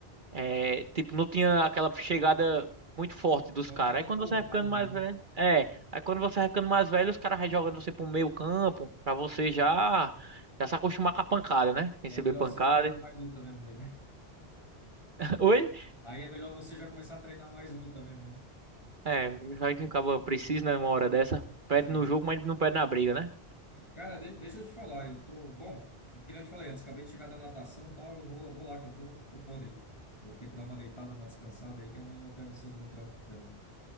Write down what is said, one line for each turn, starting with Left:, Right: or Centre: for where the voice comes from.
Right: é, tipo, não tinha aquela chegada muito forte dos
Left: Não
Right: caras.
Left: tinha tanto
Right: Aí quando
Left: confronto,
Right: você vai ficando mais
Left: né?
Right: velho. É, aí quando você vai ficando mais velho, os caras vai jogando você pro meio campo, pra você já. Já se acostumar com a pancada, né? Receber
Left: É melhor
Right: pancada.
Left: você treinar mais luta mesmo daí, né?
Right: <laughs> Oi?
Left: Aí é melhor você já começar a treinar mais luta mesmo, né?
Right: É, vai que acaba precisa numa hora dessa. Perde
Left: Sim.
Right: no jogo, mas não perde na briga, né?
Left: Cara, de- deixa eu te falar, eu tô. Bom, que que nem eu te falei antes, acabei de chegar da natação e tal, eu vou, vou lá que eu tô, tô podre. Vou ter que dar uma deitada, uma descansada aí, que amanhã eu pego cedo no trampo de novo.